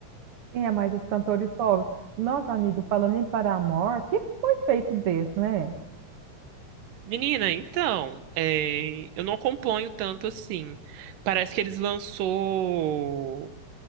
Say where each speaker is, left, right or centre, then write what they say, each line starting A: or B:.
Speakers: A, on the right; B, on the right.
A: Sim, é mais os cantores solos. Nossa, amigo, falando em Paramore, o que que foi feito desse, né?
B: Menina, então, é, eu não acompanho tanto assim. Parece que eles lançou